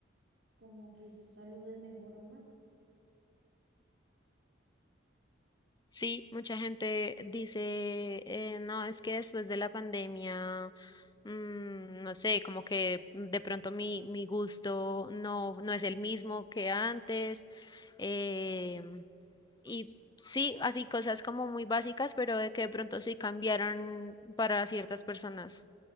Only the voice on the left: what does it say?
Sí, mucha gente dice, eh, no, es que después de la pandemia, mm, no sé, como que de pronto mi, mi gusto no, no es el mismo que antes. em, y sí, así cosas como muy básicas, pero de que de pronto sí cambiaron para ciertas personas.